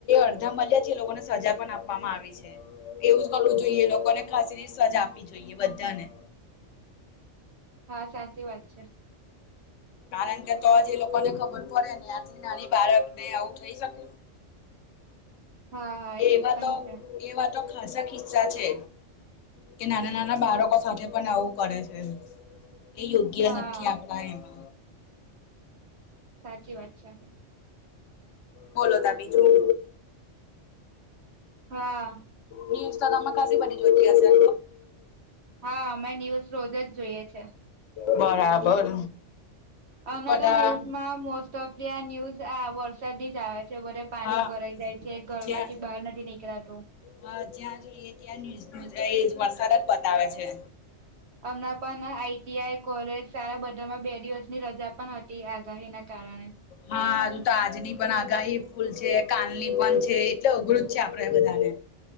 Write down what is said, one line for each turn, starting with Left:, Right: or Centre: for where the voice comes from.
Left: અડધા મળ્યાથી એ લોકોને સજા પણ આપવામાં આવી છે. એવું જ કરવું જોઈએ, લોકોને ફાસીની સજા આપવી જોઈએ બધાને.
Right: હા, સાચી વાત છે.
Left: કારણ કે, તો જે લોકોને ખબર પડે ને આટલી નાની બાળક ને, આવું થઈ શક
Right: હા હા એવું
Left: એવા
Right: પણ
Left: તો
Right: છે
Left: એવા તો ખાસા કીસ્સા છે. કે નાના-નાના બાળકો સાથે પણ આવું કરે છે, એ યોગ્ય
Right: હા
Left: નથી આપડા એમાં.
Right: સાચી વાત છે.
Left: બોલો તાર બીજું.
Right: હા
Left: ન્યૂઝ તો તમે ખાસી બધી જોતી હશે.
Right: હા, અમે ન્યૂઝ રોજ જ જોઈએ છે.
Left: બરાબર.
Right: હમણા
Left: બધા
Right: તો ન્યૂઝમાં મોસ્ટ ઓફ ધ આ ન્યૂઝ આ વરસાદ જ આવે છે બધે. પાની
Left: હા
Right: ભરાઈ જાય છે. ઘરમાંથી
Left: જ્યાં
Right: બહાર નથી નીકળાતું.
Left: હા જ્યાં જોઈએ ત્યાં ન્યુઝનું એ જ વરસાદ જ બતાવે છે.
Right: હમણાં પણ આઈટીઆઈ કોલેજ સારા બધામાં બે દિવસની રજા પણ હતી આગાહીના કારણે.
Left: હારુ તો આજની પણ આગાહી ફૂલ છે, કાલની પણ છે એટલે અઘરૂ જ છે આપડે બધાને.